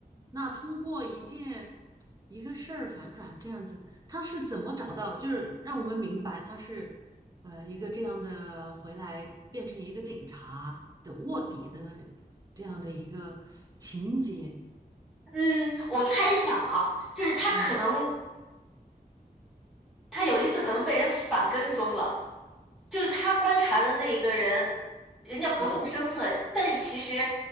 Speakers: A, on the right; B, in the centre.
A: 那通过一件一个事儿反转这样子，他是怎么找到，就是让我们明白他是呃一个这样的回来变成一个警察的卧底的这样的一个情节，
B: 嗯，我猜想啊，就是他可能
A: 嗯
B: 他有一次可能被人反跟踪了，就是他观察的那一个人，人家不动声色，
A: 啊，
B: 但是其实